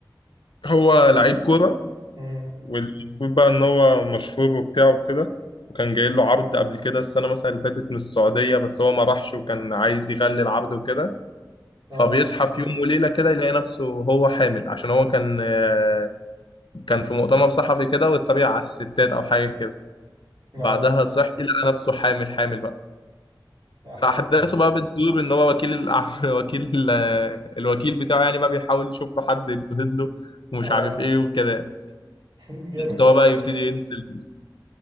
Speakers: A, on the left (about 90°); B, on the right (about 65°).
A: هو لعيب كورة
B: امم
A: والمفروض بقى ان هو مشهور وبتاع وكده وكان جاي له عرض قبل كده السنة مثلا اللي فاتت من السعودية بس هو ما راحش وكان عايز يغلي العرض وكده
B: اه
A: فبيصحى في يوم وليلة كده يلاقي نفسه هو حامل عشان هو كان آه، كان في مؤتمر صحفي كده واتبع على الستات أو حاجة كده
B: اه
A: بعدها صحي لقى نفسه حامل حامل بقى
B: يا
A: فأحداثه
B: حول الله.
A: بقى بتدور إن هو وكيل الأع- <laughs> وكيل ال- الوكيل بتاعه يعني بقى بيحاول يشوف له حد يبهد له ومش
B: اه
A: عارف إيه وكده
B: <laughs> جامد
A: مستواه
B: بقى والله.
A: بقى يبتدي ينزل